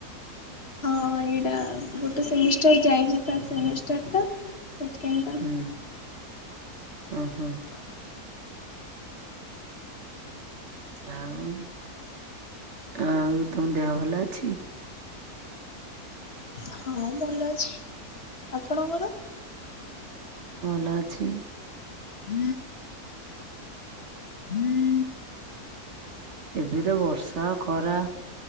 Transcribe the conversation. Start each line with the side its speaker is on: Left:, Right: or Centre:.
Left: ହଁ ଏଇଟା ଗୋଟେ ସେମିଷ୍ଟାର ଯାଇଚି ଫାଷ୍ଟ୍ ସେମିଷ୍ଟାର ଟା ସେଖେଣ୍ତେଟା
Right: ହୁଁ ଓହୋ। ଆଉ। ଆଉ ତମ ଦେହ ଭଲ ଅଛି?
Left: ହଁ ଭଲ ଅଛି ଆପଣଙ୍କର?
Right: ଲଅଛି
Left: <inaudible> <inaudible>
Right: ଏବେ ତ ବର୍ଷା ଖରା